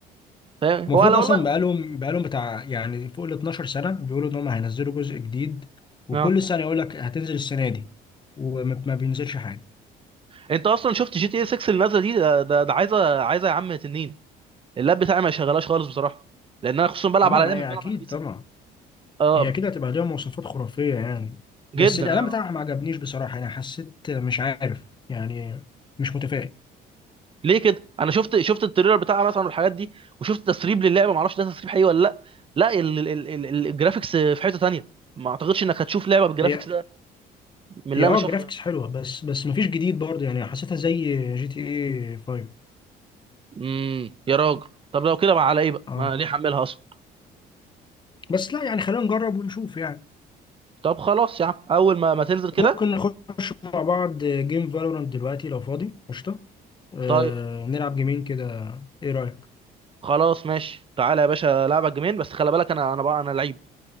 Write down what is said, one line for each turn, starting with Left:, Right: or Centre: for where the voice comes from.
Right: فاهم
Left: المفروض
Right: هو على
Left: اصلا
Right: والله
Left: بقالهم بقالهم بتاع يعني فوق ال 12 سنه بيقولوا ان هم هينزلوا جزء جديد وكل
Right: اه
Left: سنه يقول لك هتنزل السنه دي وما ما بينزلش حاجه
Right: انت اصلا شفت جي تي اي 6 اللي نازله دي ده ده, ده عايزه عايزه يا عم تنين اللاب بتاعي ما شغلاش خالص بصراحه لان انا خصوصا بلعب
Left: اما
Right: على لاب
Left: هي
Right: مش بلعب
Left: اكيد
Right: على بي سي
Left: طبعا
Right: اه
Left: هي اكيد هتبقى ليها مواصفات خرافيه يعني
Right: جدا
Left: بس الاعلان
Right: انا ما
Left: بتاعها
Right: اعرف
Left: ما عجبنيش بصراحه انا حسيت مش عارف يعني مش متفائل
Right: ليه كده انا شفت شفت التريلر بتاعها مثلا والحاجات دي وشفت تسريب للعبه ما اعرفش ده تسريب حقيقي ولا لا لا ال- ال- ال- ال- ال- الجرافيكس في حته تانية ما اعتقدش انك هتشوف لعبه بالجرافيكس
Left: هي
Right: ده من اللي
Left: هي اه
Right: انا شفته
Left: جرافيكس
Right: يعني
Left: حلوه بس بس ما فيش جديد برضه يعني حسيتها زي جي تي اي 5
Right: امم يا راجل طب لو كده بقى على ايه بقى
Left: اه
Right: ما ليه حملها اصلا
Left: بس لا يعني خلينا نجرب ونشوف يعني
Right: طب خلاص يا عم اول ما ما تنزل كده
Left: ممكن نخش مع بعض جيم فالورانت دلوقتي لو فاضي قشطه آه،
Right: طيب
Left: نلعب جيمين كده ايه رأيك
Right: خلاص ماشي تعالى يا باشا لعبك جيمين بس خلي بالك انا انا بقى انا لعيب